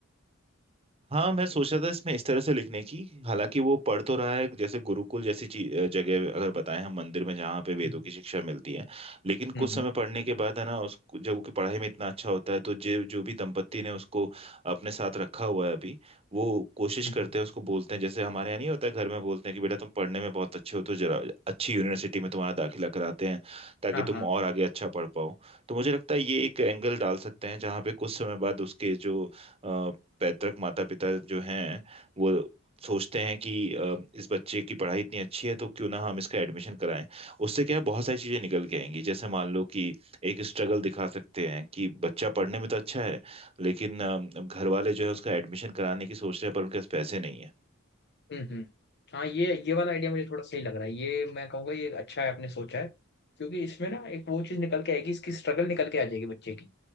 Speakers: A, on the right (about 30°); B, on the left (about 55°).
A: हाँ मैं सोच रहा था इसमें इस तरह से लिखने की हालांकि वो पढ़ तो रहा है जैसे गुरुकुल जैसी ची- जगह अगर बताएं हम मंदिर में जहाँ पे वेदों
B: हम्म।
A: की शिक्षा मिलती है लेकिन
B: हम्म
A: कुछ समय
B: हम्म
A: पढ़ने के बाद है ना उसको जब उसकी पढ़ाई में इतना अच्छा होता है तो जो जो भी दंपत्ति ने उसको अपने साथ रखा हुआ है अभी वो कोशिश
B: हम्म।
A: करते हैं उसको बोलते हैं जैसे हमारे यहाँ नहीं होता है, घर में बोलते हैं कि बेटा तुम पढ़ने में बहुत अच्छे हो तो जरा अच्छी यूनिवर्सिटी में तुम्हारा दाखिला कराते हैं ताकि
B: हाँ
A: तुम
B: हाँ
A: और आगे अच्छा पढ़ पाओ तो मुझे लगता है ये एक एंगल डाल सकते हैं जहाँ पे कुछ समय बाद उसके जो पैतृक माता पिता जो हैं वो सोचते हैं कि अ, इस बच्चे की पढ़ाई इतनी अच्छी है तो क्यों ना हम इसका एडमिशन कराएं उससे क्या है बहुत सारी चीजें निकल के आएंगी जैसे मान लो कि एक स्ट्रगल दिखा सकते हैं कि बच्चा पढ़ने में तो अच्छा है लेकिन अ, घर वाले जो है उसका एडमिशन कराने की सोच रहे हैं पर उनके पास पैसे नहीं
B: हम्म हम्म हाँ ये ये वाला आइडिया मुझे थोड़ा सही लग रहा है ये मैं कहूँगा ये अच्छा है आपने सोचा है क्योंकि इसमें ना एक वो चीज निकल के आएगी इसकी स्ट्रगल निकल के आ जाएगी बच्चे की